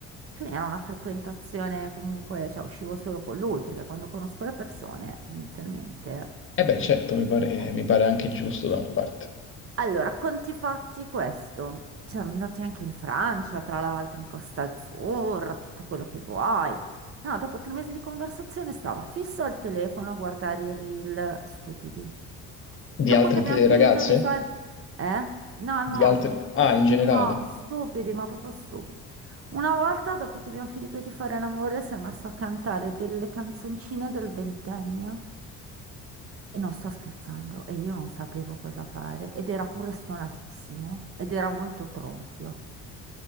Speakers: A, on the right (about 40°); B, on the left (about 35°).
A: quindi era una frequentazione comunque, cioè uscivo solo con lui perché quando conosco le persone tendenzialmente...
B: E beh, certo,
A: mm,
B: mi pare,
A: eh,
B: mi pare anche giusto da una parte.
A: allora, conti fatti questo. Cioè, andati anche in Francia, tra l'altro, in Costa Azzurra, tutto quello che vuoi. No, dopo tre mesi di conversazione stava fisso al telefono a guardare i reel stupidi.
B: Di
A: Dopo
B: altre
A: che abbiamo
B: ti-
A: finito
B: ragazze?
A: di fare... Eh? No,
B: Di
A: no,
B: altre...
A: ma proprio...
B: Ah,
A: s-
B: in generale.
A: No, stupidi, ma proprio stupidi. Una volta, dopo che abbiamo finito di fare l'amore, si è messo a cantare delle canzoncine del ventennio. E non sto scherzando, e io non sapevo cosa fare, ed era pure stonatissimo, ed era molto tronfio,